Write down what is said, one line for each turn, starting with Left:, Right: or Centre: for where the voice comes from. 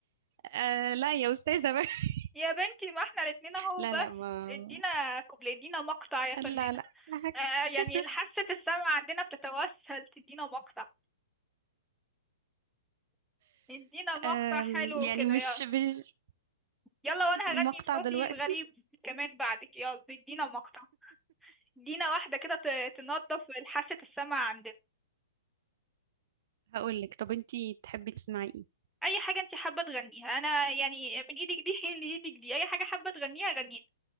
Right: آه لا يا استاذه بقى <laughs>
Centre: يا بنتي ما احنا الاتنين اهو
Right: لا
Centre: بس
Right: لا ما
Centre: ادينا كوبليه ادينا مقطع يا فنانة
Right: لا لا هتكسف
Centre: آه يعني حاسة السمع عندنا بتتوسل تدينا مقطع ادينا مقطع
Right: آم،
Centre: حلو
Right: يعني
Centre: كده
Right: مش
Centre: يلا
Right: مش
Centre: يلا وانا
Right: مقطع
Centre: هغني بصوتي
Right: دلوقتي
Centre: الغريب كمان بعدك يلا ادينا مقطع ادينا واحدة كده ت- تنظف حاسة السمع عندنا
Right: هقول لك طب انتي تحبي تسمعي ايه
Centre: اي حاجة انت حابة تغنيها انا يعني من ايدك دي <laughs> لايدك دي اي حاجة حابة تغنيها غنيها